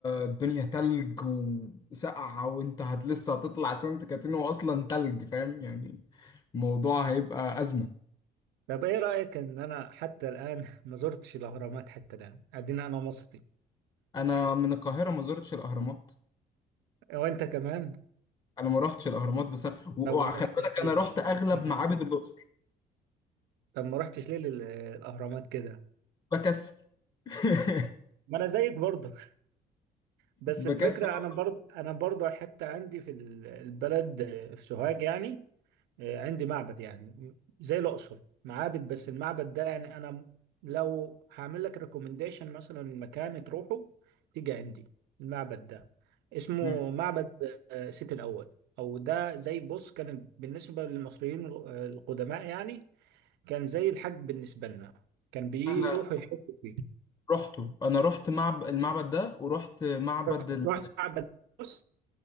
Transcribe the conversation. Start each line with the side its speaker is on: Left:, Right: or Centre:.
Left: الدنيا تلج وسقعة وانت هت لسه هتطلع سانت كاترين واصلا تلج فاهم يعني الموضوع هيبقى أزمة
Right: طب ايه رأيك ان انا حتى الان <laughs> ما زرتش الاهرامات حتى الان ادينا انا مصري
Left: انا من القاهرة ما زرتش الاهرامات
Right: وانت كمان
Left: انا ما رحتش الاهرامات بس و- وخلي
Right: طب ما رحتش
Left: بالك
Right: ليه
Left: انا رحت اغلب
Right: <laughs>
Left: معابد الاقصر
Right: طب ما رحتش ليه للاهرامات كده
Left: بكسل <laughs>
Right: ما انا زيك برضه بس
Left: بكسل
Right: الفكرة
Left: أروح.
Right: أنا برضه أنا برضه حتى عندي في ال- البلد آه، في سوهاج يعني آه، عندي معبد يعني زي الأقصر معابد بس المعبد ده يعني أنا م- لو هعمل لك ريكومنديشن مثلا مكان تروحه تيجي عندي المعبد ده اسمه
Left: مم.
Right: معبد آه، سيتي الأول أو ده زي بص كان بالنسبة للمصريين ال- آه، القدماء يعني كان زي الحج بالنسبة لنا كان بيروحوا
Left: انا
Right: يحجوا فيه
Left: رحته انا رحت معب... المعبد ده ورحت معبد
Right: رحت
Left: ال...
Right: رحت معبد بص